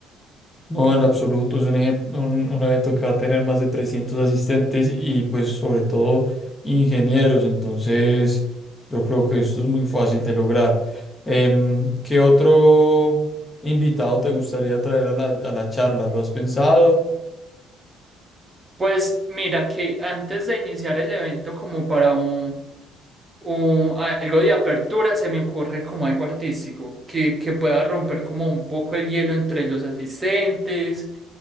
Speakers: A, on the left; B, on the right.
A: No, en absoluto. Es un, eje- un, un evento que va a tener más de 300 asistentes y pues sobre todo ingenieros. Entonces yo creo que esto es muy fácil de lograr. Em, ¿qué otro invitado te gustaría traer a la, a la charla? ¿Lo has pensado?
B: Pues mira que antes de iniciar el evento como para un, un- algo de apertura se me ocurre como algo artístico que, que pueda romper como un poco el hielo entre los asistentes,